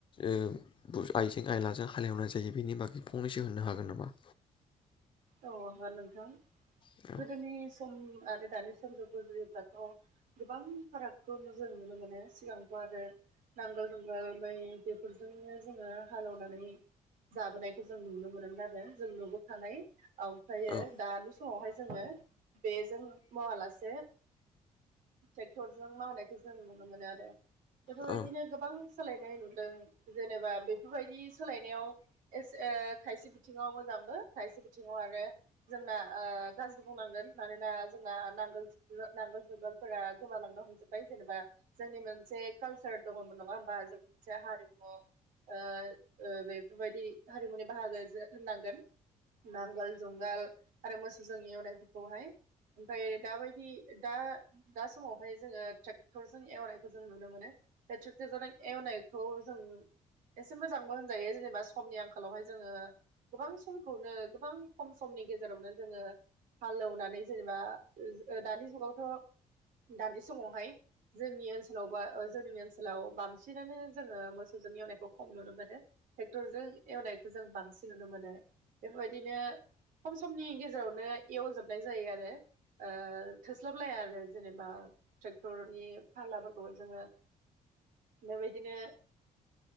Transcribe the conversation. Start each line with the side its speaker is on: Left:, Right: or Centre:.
Left: ओ आइजें आइलाजों हालेवनाय जायो बेनि बागै फंनैसो होननो हागोन नामा
Right: औ हागोन नोंथां
Left: औ जोङो
Right: गोदोनि सम आरो दानि समजों रुजुयोब्लाथ' गोबां फारागखौ जों नुनो मोनो सिगांथ' आरो नांगोल जुंगाल मै बे बेफोरजोंनो जोङो हालेवनानै जाबोनायखौ जों नुनो मोनोमोन आरो जों नुबोखानाय ओमफ्रायो
Left: औ
Right: दानि समावहाय जोङो बेजों मावालासे ट्रेक्टरजों मावनायखौ जों नुनो मोनो आरो बेफोरबायदिनो
Left: औ
Right: गोबां सोलायनाय नुदों जेनेबा बेफोरबायदि सोलायनायाव एस ओ खायसे बिथिङाव मोजांबो खायसे बिथिङाव आरो जोंना ओ गाज्रि बुंनांगोन मानोना जोंना नांगोल नांगोल जुंगालफोरा गोमालांनो हमजोबबाय जेनेबा जोंनि मोनसे कालसार दङमोन नङा होमबा जोंनि मोनसे हारिमु ओ ओ बेफोरबायदि हारिमुनि बाहागो होननांगोन नांगोल जंगाल आरो मोसोजों एवनायफोरखौहाय ओमफ्राय दाबायदि दा दा समावहाय जोङो ट्रेक्टरजों एवनायखौ जों नुनो मोनो बे ट्रेकटरजों एवनायखौ जों एसे मोजांबो होनजायो जेनेबा समनि आंखालावहाय जोङो गोबां समखौनो गोबां खम समनि गेजेरावनो जोङो हालेवनानै जेनेबा दानि जुगावथ' दानि समावहाय जोंनि ओनसोलाव बा जोंनि ओ सोलाव बांसिनानो जोङो मोस मोसौजों एवनायखौ खम नुनो मोनो ट्रेक्टर जों एवनायखौ जों बांसिन नुनो मोनो बेफोरबाय दिनो खम समनि गेजेरावनो एवजोबनाय जायो आरो ओ थोस्लाबलाया आरो जेनेबा ट्रेक्टरनि फारलाफोरखौ जोङो बेबायदिनो